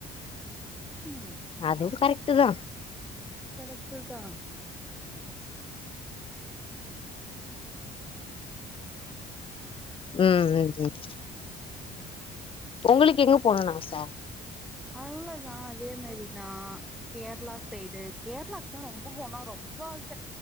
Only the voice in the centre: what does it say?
ம்
கரெக்ட்டு தா
அவ்ளோதா அதே மாரிதா கேரளா சைடு கேரளாக்கு தா ரொம்ப போனு ரொம் ரொம்ப ஆச